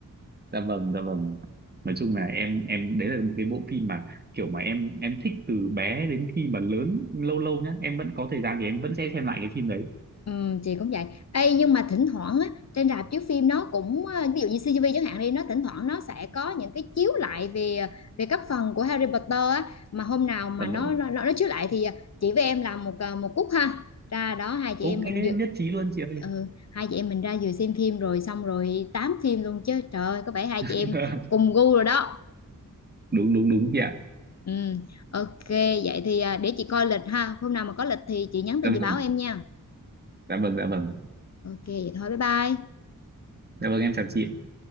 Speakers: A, on the right (about 30°); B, on the left (about 50°).
A: dạ vâng dạ vâng nói chung là em em đấy là một cái bộ phim mà kiểu mà em em thích từ bé đến khi mà lớn lâu lâu nhá em vẫn có thời gian thì em vẫn sẽ xem lại cái phim đấy
B: Ừ, chị cũng vậy. Ê, nhưng mà thỉnh thoảng á, trên rạp chiếu phim nó cũng ờ, ví dụ như CGV chẳng hạn đi, nó thỉnh thoảng nó sẽ có những cái chiếu lại về về các phần của Harry Potter á, mà hôm nào mà
A: dạ vâng
B: nó nó, nó chiếu lại thì ờ, chị với em làm một ờ, một cúc ha. Ra đó hai chị
A: ok
B: em mình dự
A: nhất trí luôn chị ơi
B: ừ, hai chị em mình ra vừa xem phim rồi xong rồi tám phim luôn chứ. Trời ơi, có vẻ hai
A: <laughs>
B: chị em cùng gu rồi đó.
A: đúng đúng đúng chị ạ
B: Ừ, ok, vậy thì ờ, để chị coi lịch ha. Hôm nào mà có lịch thì chị nhắn
A: dạ
B: tin chị
A: vâng
B: báo em nha.
A: dạ vâng dạ vâng
B: Ok, vậy thôi bye bye.
A: dạ vâng em chào chị